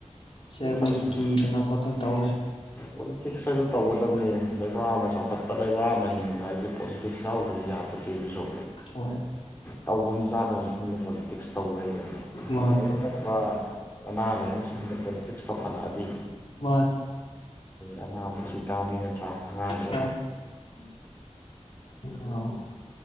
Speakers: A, on the left (about 50°); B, on the left (about 15°).
A: ꯁꯦ ꯃꯣꯏꯁꯨ
B: ꯐꯠꯇ꯭ꯔꯦ
A: ꯀꯤꯗꯅ ꯈꯣꯠꯇꯅ ꯇꯧ ꯂꯩ
B: ꯄꯣꯂꯤꯇꯤꯛꯁ ꯍꯥꯏꯗꯣ ꯇꯧꯒꯗꯕꯅꯦ ꯂꯩꯕꯥꯛ ꯑꯃ ꯆꯥꯎꯈꯠꯄ ꯂꯩꯕꯥꯛ ꯑꯃ ꯍꯤꯡꯕ ꯍꯥꯏꯗꯤ ꯄꯣꯂꯤꯇꯤꯛꯁ ꯌꯥꯎꯕ ꯗꯤ ꯌꯥꯄꯠꯇꯦ ꯑꯗꯨꯁꯨ
A: ꯍꯣꯏ
B: ꯇꯧꯕꯝ ꯆꯥꯗꯕ ꯁꯣꯝꯗ ꯄꯣꯂꯤꯇꯤꯛꯁ ꯇꯧ ꯂꯩꯕ
A: ꯃꯥꯅꯤ
B: ꯑꯖꯤꯛ ꯂꯛꯄ ꯑꯅꯥ ꯂꯥꯏꯌꯦꯡꯁꯤꯡꯗ ꯄꯣꯂꯤꯇꯤꯛꯁ ꯆꯥꯎꯈꯠꯂꯛꯑꯗꯤ
A: ꯃꯥꯅꯤ
B: ꯑꯅꯥꯕꯁꯤ ꯇꯥꯕꯅꯤ ꯅꯠꯇ꯭ꯔꯥ ꯑꯉꯥꯡꯗꯨ
A: ꯃꯥꯅꯤ ꯃꯥꯅꯤ